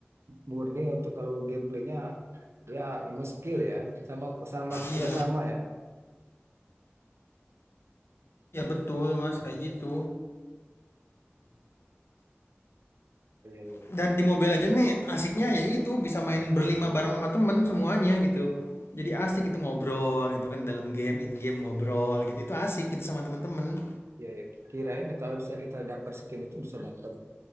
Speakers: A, on the right; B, on the left.
A: murni untuk kalau gameplaynya Ya, emang skill ya, sama sama kerjasama
B: Iya, Mon.
A: ya.
B: iya betul Mas kayak gitu.
A: Iya, iya,
B: dan di Mobile Legends nih asiknya ya itu bisa main berlima bareng sama temen semuanya gitu jadi asik itu ngobrol gitu kan dalam game in game ngobrol gitu itu asik gitu sama temen-temen
A: iya. Ya, Kirain kalau misalnya kita dapat skin itu bisa dapat